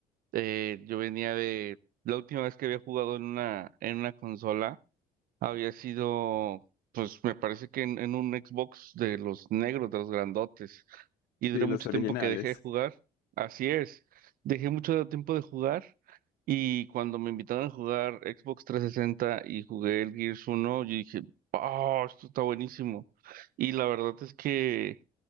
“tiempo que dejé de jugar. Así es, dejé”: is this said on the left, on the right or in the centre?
Right